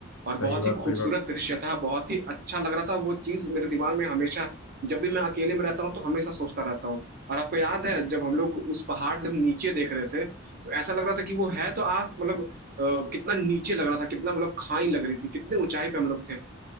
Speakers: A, on the right; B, on the left.
A: और
B: सही
A: बहुत ही
B: बात
A: खूबसूरत
B: सही बात
A: दृश्य था बहुत ही अच्छा लग रहा था वो चीज मेरे दिमाग में हमेशा जब भी मैं अकेले में रहता हूँ तो हमेशा सोचता रहता हूँ और आपको याद है जब हम लोग उस पहाड़ से हम नीचे देख रहे थे तो ऐसा लग रहा था कि वो है तो आस मतलब अ, कितना नीचे लग रहा था कितना मतलब खाई लग रही थी कितने ऊंचाई पे हम लोग थे